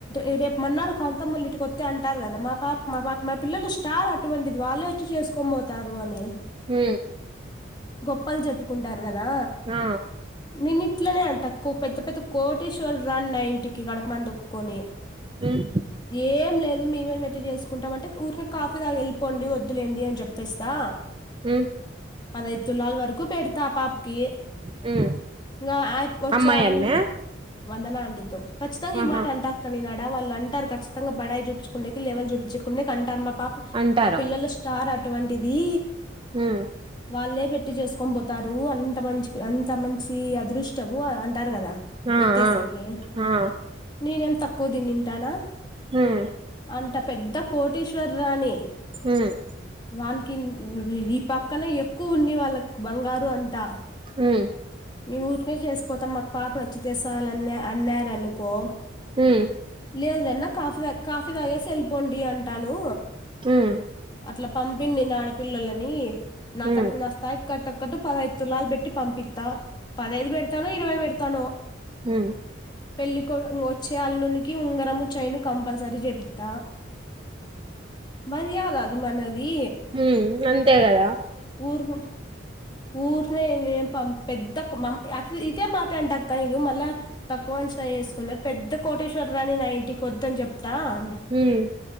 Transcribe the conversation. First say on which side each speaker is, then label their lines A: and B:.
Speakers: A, on the left (about 25°); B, on the right (about 25°).
A: ఏ రేపు మన్నారు కాంతమోల్లిటికొత్ అయితే అంటారు కదా మా పాప మా పాప మా పిల్లలు స్టార్ అటువంటిది వాళ్ళే వచ్చి చేసుకోనీపోతారు అని
B: హు
A: గొప్పలు చెప్పుకుంటారు కదా
B: ఆ
A: నిన్ ఇట్లనే అంట పెద్ద పెద్ద కోటేశ్వరని నా ఇంటికి గడ మందుక్కొని
B: హ్మ్
A: ఏం లేదు మేమే బేట్టి చేసుకుంటాంటే ఊరి కాఫీ తాగి వెళ్ళిపోండి వద్దులేండి అని చెప్పేస్తా
B: ఉహ్
A: పదిఐయిదూ తులాల్ వరకు ఉక్కు పెడతా ఆ పాపకి
B: హ్మ్
A: ఇంకా వచ్చే
B: అమ్మాయన్నే
A: అల్లునికి వందన అంట తో ఖచ్చితంగా ఈ
B: ఆహా
A: మాట అంటాక్కని నా వాళ్ళు అంటారుఖచ్చితంగా బడాయి చూపుకోనికి లేవల్ చూపించు కునికి అంటారు మా పాప్
B: అంటారు
A: మా పిల్లలు స్టార్ అటువంటిది
B: హ్మ్
A: వాళ్ళే పెట్టి చేసుకొని పోతారు అంత మంచి అంత మంచి అదృష్టము టారు కదా
B: ఆ
A: ఎత్తేసేకి
B: ఆ ఆ
A: నేను ఏం తక్కువ తినింతనా
B: హ్మ్
A: అంత పెద్ద కోటీశ్వర రాణి
B: హ్మ్
A: వాళ రకిన్ రీ రీ పా పా కన్న ఎక్కువ ఉంది వాళ్ళకి బంగారు అంతా
B: హ్మ్
A: మేము ఊరికే చేసిపోతాం మాకు పాప నచ్చితేసాలన్న అన్నా అన్నారనుకో
B: హు
A: లేదులేన్న కాఫీ తా కాఫీ తాగేసి వెళ్ళిపోండి అంటాను
B: హ్మ్
A: అట్లా పంపిందినాడపిల్లలని నాక్
B: ఉమ్
A: నస్తాయ కట్టాకట్టు పదఐదు తులాలు పెట్టి పంపితా పదైదు పెడతా ఇరవై పెడతను తను
B: హు
A: పెళ్ళి కోడు వచ్చే అల్లునికి ఉంగరము చైను కంపల్స సరి చేపిత్త మర్యాద అది మనది
B: హ్మ్ అంతేగదా
A: ఊర్ క్ ఊర్నే ఏం పే పెద్ద మ అ ఇదే మాట అంటక్క నేను లా తక్కువ అంచనా చేసుకున్నార్ పెద్ద కోటేశ్వర్, రా నేన్ ఆ ఇంటి కి వద్ అని చెప్. దాం
B: ఉమ్